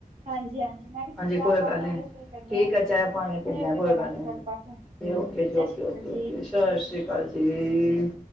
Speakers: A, on the right; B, in the centre.
A: ਹਾਂਜੀ ਹਾਂਜੀ ਮੈਂ ਕਿਹਾ ਤੁਸੀਂ
B: ਹਾਂਜੀ,
A: ਚਾਹ
B: ਕੋਈ
A: ਪਾਣੀ
B: ਗੱਲ
A: ਪੀਓ
B: ਨੀ
A: ਫਿਰ ਕਰਨੇ
B: ਠੀਕ
A: ਆ
B: ਹੈ ਚਾਹ ਪਾਣੀ
A: ਫਰੀ
B: ਪੀਣੇ
A: ਹੋ ਕੇ
B: ਆ ਕੋਈ
A: ਕਰਾਂਗੇ
B: ਗੱਲ ਨੀ।
A: ਗੱਲਬਾਤ
B: ਕੇ ਔਕੇ
A: ਸਤਿ
B: ਜੀ ਔਕੇ
A: ਸ਼੍ਰੀ ਅਕਾਲ
B: ਔਕੇ
A: ਜੀ
B: ਔਕੇ, ਸਸਸ਼੍ਰੀ ਕਾਲ ਜੀ।